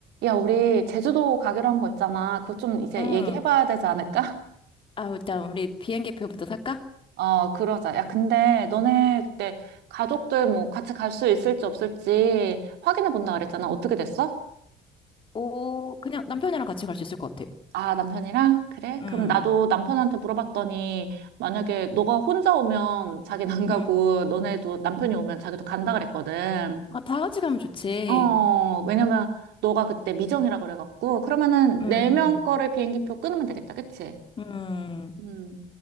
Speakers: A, on the right (about 80°); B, on the left (about 30°).
A: 야, 우리 제주도 가기로 한 거 있잖아. 그거 좀 이제
B: 응.
A: 얘기해봐야 되지 않을까?
B: 아, 일단 우리 비행기표부터 살까?
A: <laughs> 어, 그러자. 야, 근데 너네 그때 가족들 뭐 같이 갈 수 있을지 없을지 확인해 본다 그랬잖아. 어떻게 됐어?
B: 오, 그냥 남편이랑 같이 갈 수 있을 것 같아.
A: 아, 남편이랑? 그래?
B: 응,
A: 그럼 나도 남편한테 물어봤더니 만약에 너가 혼자 오면 자기는 안 가고
B: 응.
A: 너네도 남편이 오면 자기도 간다 그랬거든.
B: 아, 다 같이 가면 좋지.
A: 어, 왜냐면 너가 그때 미정이라 그래갖고 그러면은
B: 응,
A: 네 명 거를 비행기표 끊으면 되겠다. 그치?
B: 응.
A: 음.